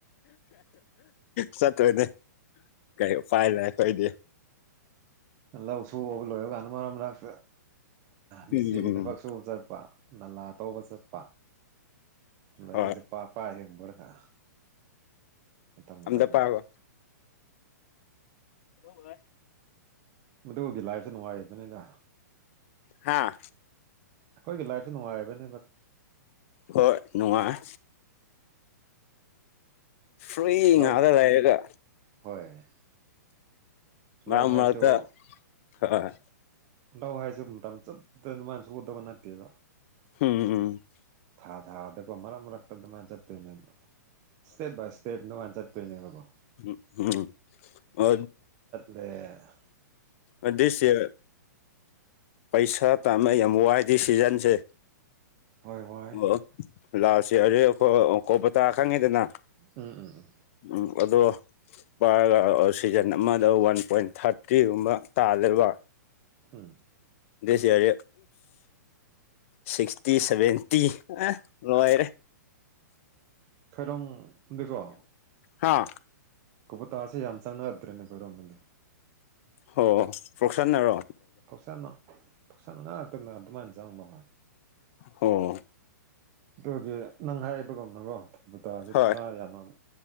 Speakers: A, on the left (about 50°); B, on the right (about 35°).
A: ꯆꯠꯇꯣꯏꯅꯦ ꯀꯩ ꯐꯥꯏ ꯂꯩ ꯑꯩꯈꯣꯏꯗꯤ
B: ꯂꯧ ꯁꯨꯕꯒ ꯂꯣꯏꯕ ꯀꯥꯟꯗ ꯃꯔꯛ ꯃꯔꯛꯇ ꯃꯤꯁꯇ꯭ꯔꯤꯒꯤ
A: ꯎꯝ
B: ꯊꯕꯛ ꯁꯨꯕ ꯆꯠꯄ ꯅꯂꯥ ꯇꯧꯕ ꯆꯠꯄ ꯂꯣꯏꯔꯒ
A: ꯍꯣꯏ
B: ꯌꯣꯛꯄꯛ ꯄꯥꯏꯔꯒ ꯍꯣꯏ ꯍ ꯃꯇꯝ ꯃꯇꯝꯒꯤ
A: ꯑꯝꯇ ꯄꯥꯏꯈꯣ ꯍꯕ
B: ꯃꯗꯨꯒꯤ ꯂꯥꯏꯐꯇꯣ ꯅꯨꯡꯉꯥꯏꯕꯅꯤꯗ
A: ꯍꯥꯥ
B: ꯑꯩꯈꯣꯏꯒꯤ ꯂꯥꯏꯐꯇꯣ ꯅꯨꯡꯉꯥꯏꯕꯅꯤ
A: ꯍꯣꯏ ꯅꯨꯡꯉꯥꯏ ꯐ꯭ꯔꯦ
B: ꯂꯧ
A: ꯉꯛꯇ ꯂꯩꯔꯒ
B: ꯍꯣꯏ
A: ꯃꯔꯛ
B: ꯂꯧ ꯍꯥꯏꯁꯨ
A: ꯃꯔꯛꯇ ꯍꯣꯏ
B: ꯂꯧ ꯍꯥꯏꯁꯦ ꯃꯇꯝ ꯆꯞꯄꯗ ꯑꯗꯨꯃꯥꯏꯅꯁꯨ ꯎꯗꯕ ꯅꯠꯇꯦꯕ
A: ꯎꯝ ꯎꯝ
B: ꯊꯥ ꯊꯥꯗꯀꯣ ꯃꯔꯛ ꯃꯔꯛꯇ ꯑꯗꯨꯃꯥꯏꯅ ꯆꯠꯇꯣꯏꯅꯦꯕ ꯁꯇꯦꯞ ꯕꯥꯏ ꯏꯁꯇꯦꯞ ꯑꯗꯨꯃꯥꯏꯅ ꯆꯠꯇꯣꯏꯅꯦꯕꯀꯣ
A: ꯎꯝ ꯑ
B: ꯑ
A: ꯑꯗꯨꯏꯁꯦ ꯄꯩꯁꯥ ꯇꯥꯅ ꯌꯥꯝ ꯋꯥꯏꯗ ꯁꯤꯖꯟꯁꯦ
B: ꯍꯣꯏ ꯍꯣꯏ
A: ꯑꯣ ꯂꯥꯛꯑꯁꯤ ꯑꯔꯦ ꯑꯩꯈꯣꯏ ꯀꯣꯄ ꯇꯥ ꯈꯪꯉꯤꯗꯅ
B: ꯎꯝ ꯎꯝ ꯎꯝ
A: ꯎꯝ ꯑꯗꯣ ꯄꯥꯏꯔꯒ ꯁꯤꯖꯟ ꯑꯃꯗ ꯋꯥꯟ ꯄꯣꯏꯟ ꯊꯥꯔꯇꯤꯒꯨꯝꯕ ꯇꯥꯜꯂꯦꯕ
B: ꯎꯝ
A: ꯗꯁ ꯌꯥꯔꯦ ꯁꯤꯛꯇꯤ ꯁꯚꯦꯟꯇꯤ ꯑ ꯑꯣꯏꯔꯦ
B: ꯈꯔꯝꯗꯀꯣ
A: ꯍꯥꯥ
B: ꯀꯣꯕꯇꯥꯁꯦ ꯌꯥꯝ ꯆꯪꯅꯔꯛꯇ꯭ꯔꯦꯅꯦ ꯈꯣꯏꯔꯣꯝꯗꯗꯤ
A: ꯑꯣ ꯄ꯭ꯔꯁꯥꯟꯅꯔꯣ
B: ꯐꯧꯁꯥ ꯐꯧꯁꯥ ꯉꯥꯛ ꯉꯥꯛꯛꯇꯅ ꯑꯗꯨꯃꯥꯏꯅ ꯆꯪꯕ ꯍꯣꯏ
A: ꯑꯣ
B: ꯑꯗꯨꯒꯤ ꯅꯪ ꯍꯥꯏꯕꯒꯨꯝꯅꯀꯣ ꯊꯄꯇꯥꯁꯦ
A: ꯍꯣꯏ
B: ꯄꯩꯁꯥ ꯌꯥꯝꯅ ꯑꯃꯨ